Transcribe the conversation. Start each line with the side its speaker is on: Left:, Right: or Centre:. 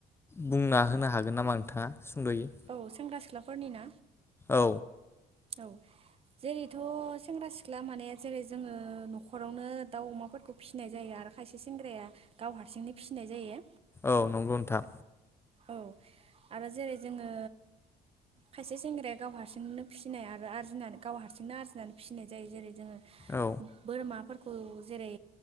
Left: बुंना होनो हागोन नामा नोंथाङा सुंद'यै
Right: औ सेंग्रा सिख्लाफोरनि ना
Left: औ
Right: औ जेरैथ' सेंग्रा सिख्ला माने जेरै जोङो न'खरावनो दाउ अमाफोरखौ फिसिनाय जायो आरो खायसे सेंग्राया गाव हारसिंनो फिसिनाय जायो
Left: औ नंगौ नंथां
Right: औ आरो जेरै जोङो खायसे सेंग्राया गाव हारसिंनो फिसिनाय आरो आरजिनानै गाव हारसिंनो आरजिनानै फिसिनाय जायो जेरै जो
Left: औ
Right: बोरमा फो खौ जेरै